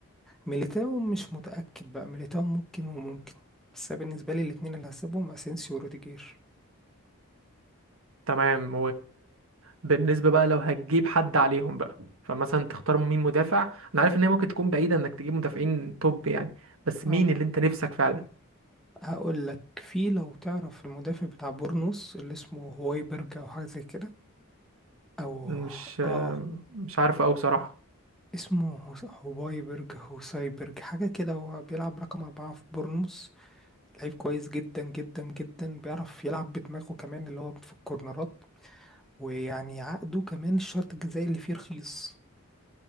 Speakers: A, in the centre; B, on the right.
A: ميليتاو مش متأكد بقى ميليتاو ممكن وممكن بس أنا بالنسبة لي الاتنين اللي هسيبهم اسينسيو وروديجير
B: تمام وبالنسبة بقى لو هتجيب حد عليهم بقى فمثلا تختار مين مدافع انا عارف ان هي ممكن تكون بعيدة انك تجيب مدافعين توب يعني بس
A: اه
B: مين اللي انت نفسك فعلا
A: هقول لك في لو تعرف المدافع بتاع بورنوس اللي اسمه هوايبرج او حاجة زي كده او
B: مش
A: اه
B: مش عارف قوي بصراحة
A: اسمه هوس- هوايبرج هوسايبرج حاجة كده هو بيلعب رقم أربعة في بورنوس لعيب كويس جدا جدا جدا بيعرف يلعب بدماغه كمان اللي هو في الكورنرات ويعني عقده كمان الشرط الجزائي اللي فيه رخيص